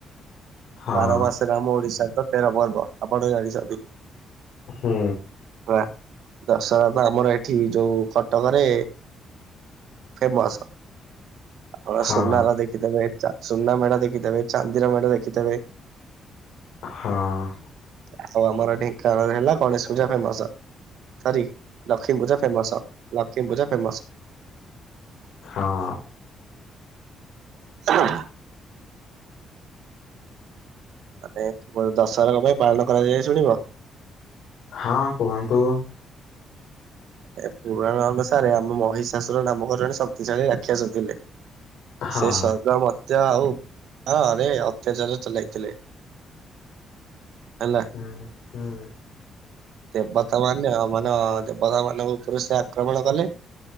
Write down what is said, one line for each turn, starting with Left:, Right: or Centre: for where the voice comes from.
Left: ହଁ
Right: ବାର ମାସରେ ଆମ ଓଡ଼ିଶାରେ ତ ତେରପର୍ବ ଆପଣ ଜାଣିଛନ୍ତି।
Left: ହୁଁ।
Right: ହ ଦଶହରା ତ ଆମର ଏଠି ଯୋଉ କଟକରେ ଫେମସ। ଆପଣ
Left: ହଁ
Right: ସୁନାର ଦେଖିଥେବେ ଚା ସୁନା ମେଢ଼ ଦେଖିଥେବେ, ଚାନ୍ଦିର ମେଢ଼ ଦେଖିଥେବେ।
Left: ହଁ
Right: ଆଉ ଆମର ଢେଙ୍କାନାଳରେ ହେଲା Ganesh Puja famous sorry Lakshmi Puja famous. Lakshmi Puja famous.
Left: ହଁ
Right: ଆ ହା ହା। ମାନେ ତୁମର ଦଶହରା ପାଇଁ ପାଳନ କରାଯାଏ ଶୁଣିବ
Left: ହଁ କୁହନ୍ତୁ।
Right: ଏ ପୁରାଣ ଅନୁସାରେ ଆମ ମହିଷାସୁର ନାମକ ଜଣେ ଶକ୍ତିଶାଳୀ ରାକ୍ଷସ ଥିଲେ।
Left: ହଁ।
Right: ସେ ସ୍ବର୍ଗ ମ ଯା ଆଉ ହରେ ଅତ୍ୟାଚାର ଚଲେଇଥିଲେ ହେଲା।
Left: ହୁଁ ହୁଁ
Right: ଦେବତା ମାନେ, ମାନେ ଦେବତା ମାନଙ୍କ ଉପରୁ ସେ ଆକ୍ରମଣ କଲେ।